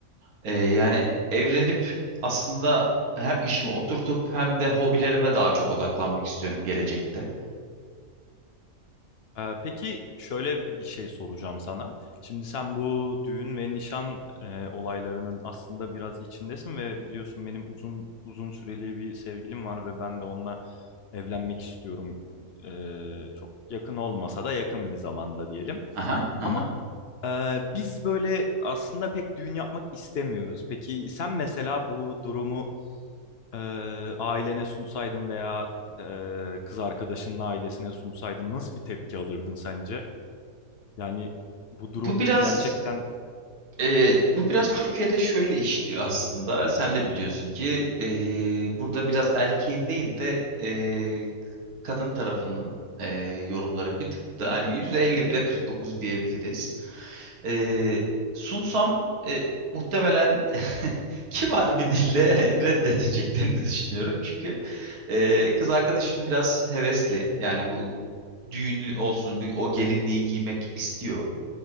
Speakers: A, on the right; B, on the left.
A: Ee, yani evlenip aslında hem işimi oturtup hem de hobilerime daha çok odaklanmak istiyorum gelecekte.
B: Ee, peki şöyle bir şey soracağım sana. Şimdi sen bu düğün ve nişan e, olaylarının aslında biraz içindesin ve biliyorsun benim uzun uzun süreli bir sevgilim var ve ben de onunla evlenmek istiyorum. Ee, çok yakın olmasa da yakın bir zamanda diyelim.
A: Aha, aha.
B: Ama e, biz böyle aslında pek düğün yapmak istemiyoruz. Peki sen mesela bu durumu e, ailene sunsaydın veya e, kız arkadaşının ailesine sunsaydın nasıl bir tepki alırdın sence? Yani bu durum
A: Bu biraz
B: gerçekten
A: e, bu biraz Türkiye'de şöyle işliyor aslında. Sen de biliyorsun ki e, burada biraz erkeğin değil de e, kadın tarafının e, yorumları bir tık da hani %51'e 49 diyebiliriz. E, sunsam e, muhtemelen <laughs> kibar bir dille <laughs> reddedeceklerini düşünüyorum. Çünkü e, kız arkadaşım biraz hevesli. Yani bu düğünü olsun, bu, o gelinliği giymek istiyor.